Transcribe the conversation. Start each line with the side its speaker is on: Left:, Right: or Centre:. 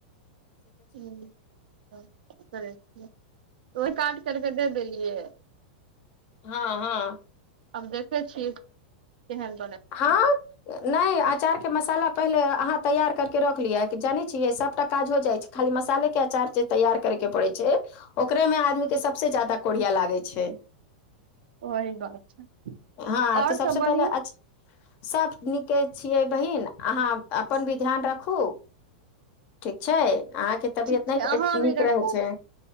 Right: हूँ तब की करै छियै ओहि काट करके दे देलियै
Left: हँ हँ
Right: आब देखै छियै केहन बनै
Left: हँ
Right: छै
Left: नहि अंचारके मसाला पहिले अहाँ तैयार करकेे रख लिअ जानै छियै सभटा काज हो जाइ छै खाली मसाले के अंचार जे तैयार करैके पड़ै छै ओकरेमे आदमी के सबसँ ज्यादा कोढ़िया लागै छै
Right: वही बात छै
Left: हँ
Right: आओर
Left: तऽ सबसँ
Right: सब बहिन
Left: पहिले अच सभ नीके छियै बहिन अहाँ अपन भी ध्यान राखू ठीक छै अहाँके तबियत
Right: ठीक छै
Left: नहि
Right: अहाँ अभी
Left: नीक
Right: रखू
Left: रहै छै